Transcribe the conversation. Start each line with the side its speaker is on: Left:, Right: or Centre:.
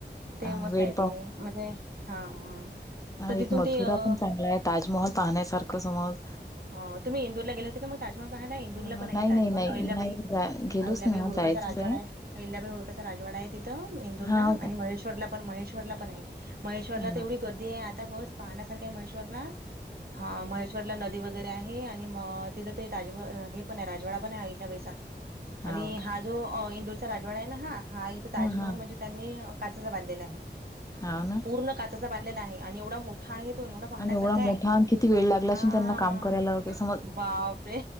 Right: ते
Left: अ,
Right: मस्त
Left: वेळ
Right: आहेे ते, म्हणजे हा हा.
Left: आणि
Right: तर तिथून
Left: एक मथुरा
Right: ते अ
Left: पण चांगला आहे, ताजमहल पाहण्यासारखं समज.
Right: हा, तुम्ही इंदुरला गेले होते का मग ताजमहल पाहायला, इंदूरला
Left: अ
Right: पण
Left: नाही
Right: आहे ताजमहल
Left: नाही नाही
Right: अहिल्याबाई
Left: नाही जा गेलोच
Right: अहिल्याबाई
Left: नाही म्हणा
Right: होळकरचा
Left: जायचंच
Right: राजवाडा आहे, अहिल्याबाई होळकरचा राजवाडा आहे तिथं इंदूरला,
Left: हा हो
Right: आणि
Left: काय
Right: महेश्वरला पण महेश्वरला पण आहे, महेश्वरला
Left: हा
Right: तर तेवढी गर्दी आहे आता बस पाहण्यासारख्या आहे महेश हो ना, हो महेश श्वरला नदी वगैरे आहे, आणि मग तिथं ते हे पण आहे राजवाडा पण आहे अहिल्याबाई चा आणि
Left: हो का
Right: हा जो इंदूरचा राजवाडा आहे ना हा, हा इथं ताजमहल
Left: हा
Right: म्हणजे त्यांनी काचेचा बांधलेला आहे.
Left: हाव ना.
Right: पूर्ण काचेचा बांधलेला आहे, आणि एवढा मोठा ठा आहे तो आणि एवढा पाहण्यासारखा
Left: आणि एवढा
Right: आहे.
Left: मोठा आणि किती वेळ लागला
Right: हा
Left: अशेन त्यांना काम करायला वगैरे समज,
Right: बापरे!